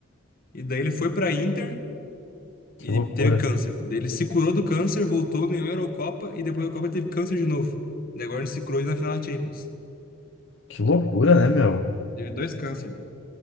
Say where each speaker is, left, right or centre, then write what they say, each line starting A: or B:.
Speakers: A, on the left (about 45°); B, on the left (about 65°).
A: E daí ele foi pra Inter
B: Que
A: e
B: loucura.
A: teve câncer. Daí ele se curou do câncer, voltou, ganhou a Eurocopa e depois da Copa teve câncer de novo. Daí agora ele se curou na final da Champions.
B: Que loucura, né, meu?
A: Teve dois câncer, meu.